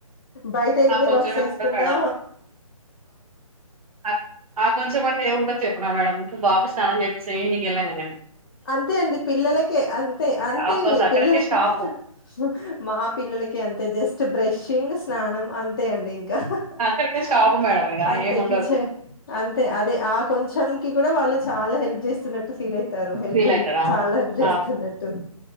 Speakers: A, on the left; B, on the right.
A: బైట ఎన్ని
B: ఆ కొంచెమే
A: వర్క్స్ చేస్కున్నా
B: ఉంటది మేడం ఆ ఆ కొంచెం అండి ఏముండద్ చెప్పునా మేడం బాబు స్నానం జేపిస్త ఈవినింగ్ ఎళ్ళంగానే
A: అంతే అండి పిల్లలకే అంతే అంతే
B: ఆఫ్ కోర్స్ అక్కడికే
A: పిల్లల
B: స్టాప్
A: వు హూ మా పిల్ పిల్లలకి అంతే జస్ట్ బ్రష్షింగ్ స్నానం అంతే అండి ఇంక హ
B: అక్కడికే
A: హ
B: స్టాప్ మేడం ఇగ
A: అంతె
B: ఏమి ఉండదు
A: కిఛే అంతె అదే ఆ కొంచెం కి కూడ వాళ్ళు చాలా హెల్ప్ జేస్తున్నట్టు ఫీల్ అయ్ తారు హెల్పింగ్
B: ఫీల్ అయితారా
A: చాలా జేస్తున్నట్టు
B: ఆ